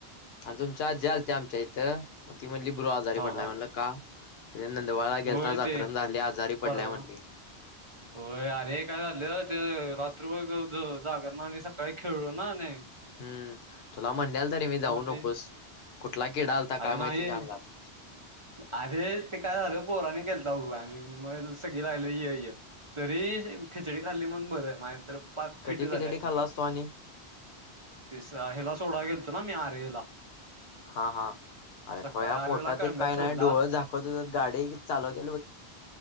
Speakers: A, on the left; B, on the right.
A: अरे तुमच्या आजी आल्ती आमच्या इथं, म ती म्हणली ब्रो आजारी
B: हा
A: पडलाय
B: हा
A: म्हणलं का? त्या नंदवाळा गेल्ता
B: होय
A: जागरण
B: ते
A: झाली आजारी
B: परवा
A: पडल्याय म्हणली.
B: होय अरे काय झालं ते रात्रभर ज जागरना आणि सकाळी खेळलो ना आनी.
A: हम्म तुला म्हणल्याल तरी मी जाऊ
B: ते
A: नकोस, कुठला किडा आल्ता
B: अरे
A: काय माईत
B: नाही
A: तुझ्या अंगात.
B: अरे ते काय झालं पोरानी केल्ता भाऊ आणि म सगळी राईली य-य. तरी खिचडी खाल्ली म्हणून बरंय माझ तर पाक
A: कधी
B: फिट झाली
A: खिचडी
B: असती
A: खाल्लास
B: मला.
A: तू आणि
B: तिस हेला सोडाय गेल्तो ना मी आर्यला.
A: हा हा अरे
B: सकाळी
A: खुया
B: आर्याला
A: पोटात
B: कळंब्यात
A: एक काय
B: सोडला
A: का नाय डोळं झाकवत होतत गाडी चालवते